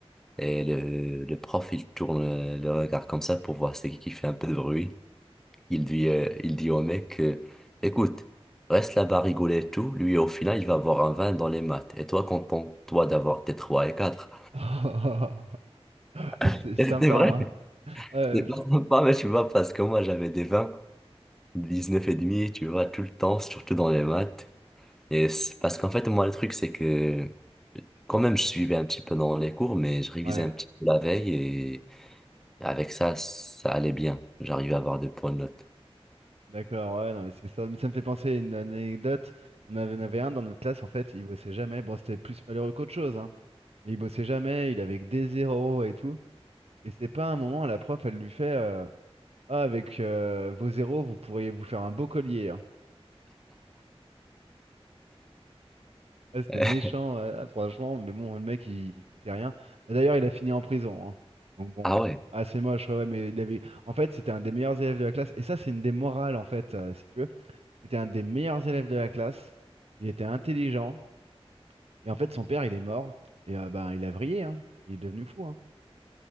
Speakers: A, in the centre; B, on the right (about 75°).
A: et le, le prof, il tourne euh, le regard comme ça pour voir c'est qui qui fait un peu de bruit. Il dit, euh, il dit au mec, euh, écoute, reste là-bas à rigoler et tout, lui, au final, il va avoir un 20 dans les maths, et toi, contente-toi d'avoir tes 3 et quatre
B: <laughs>
A: <laughs>
B: C'est sympa,
A: Et c'était vrai,
B: hein. Ouais,
A: c'était pas
B: c'est-
A: sympa, mais tu vois, parce que moi, j'avais des 20. dix-neuf et demi, tu vois, tout le temps, surtout dans les maths. Et c'est- parce qu'en fait, moi, le truc, c'est que quand même, je suivais un petit peu dans les cours, mais je révisais
B: ouais.
A: un petit peu la veille et avec ça, ça allait bien. J'arrivais à avoir des points de note.
B: D'accord, ouais, non, mais c'est ça. Mais ça me fait penser à une anecdote. On avait, en avait un dans notre classe, en fait, il bossait jamais. Bon, c'était plus malheureux qu'autre chose, hein. Mais il bossait jamais, il avait que des zéros et tout. Et c'est pas un moment, la prof, elle lui fait euh, Ah, avec euh, vos zéros, vous pourriez vous faire un beau collier. hein. Ouais, c'était
A: <laughs>
B: méchant, ouais, ah, franchement. Mais bon, le mec, il, il foutait rien. Bah, d'ailleurs, il a fini en prison. hein. Donc bon,
A: Ah ouais.
B: ah, c'est moche, ouais, ouais, mais il avait. En fait, c'était un des meilleurs élèves de la classe. Et ça, c'est une des morales, en fait, euh, si tu veux. C'était un des meilleurs élèves de la classe. Il était intelligent. Et en fait, son père, il est mort. Et euh, ben, il a vrillé, hein. Il est devenu fou, hein.